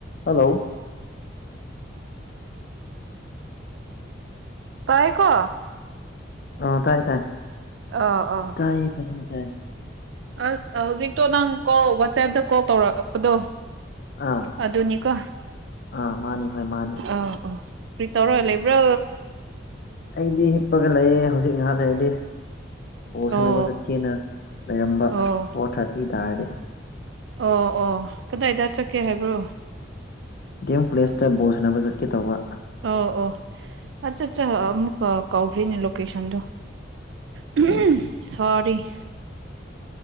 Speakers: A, on the left; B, on the right.
A: hello
B: ꯇꯥꯏꯀꯣ
A: ꯑ ꯇꯥꯏ ꯇꯥꯏ
B: ꯑ ꯑꯣ
A: ꯇꯥꯏꯌꯦ ꯐꯖꯅ ꯇꯥꯏꯌ
B: ꯑꯁ ꯍꯧꯖꯤꯛꯇꯣ ꯅꯪ ꯀꯣꯜ ꯋꯥꯆꯦꯞꯇ ꯀꯣꯜ ꯇꯧꯔꯛꯄꯗꯣ
A: ꯑꯥ
B: ꯑꯗꯨꯅꯤꯀꯣ
A: ꯑꯥ ꯃꯥꯅꯤ ꯍꯣꯏ ꯃꯥꯅꯤ
B: ꯑꯥ ꯑꯥ ꯀ꯭ꯔꯤ ꯇꯧꯔꯒ ꯂꯩꯕ꯭ꯔꯣ
A: ꯑꯩꯗꯤ ꯍꯤꯞꯄꯒ ꯂꯩꯑꯦ ꯍꯧꯖꯤꯛ ꯉꯍꯥꯛ ꯂꯩꯔꯗꯤ ꯕꯣꯜ ꯁꯥꯟꯅꯕ
B: ꯑꯣ
A: ꯆꯠꯀꯦꯅ ꯂꯩꯔꯝꯕ
B: ꯑꯣ
A: ꯐꯣꯔ ꯊꯥꯔꯇꯤ ꯇꯥꯔꯗꯤ
B: ꯑꯣ ꯑꯣ ꯀꯗꯥꯏꯗ ꯆꯠꯀꯦ ꯍꯥꯏꯕ꯭ꯔꯣ
A: ꯗꯤ ꯑꯦꯝ ꯀꯣꯂꯦꯖꯇ ꯕꯣꯜ ꯁꯥꯟꯅꯕ ꯆꯠꯀꯦ ꯇꯧꯕ
B: ꯑꯣ ꯑꯣ ꯑꯠꯆꯥ ꯆꯥ ꯑꯃꯨꯛꯀ ꯀꯧꯈ꯭ꯔꯦꯅꯦ ꯂꯣꯀꯦꯁꯟꯗꯣ <unintelligible>
A: ꯑꯥ
B: ꯁꯥꯔꯤ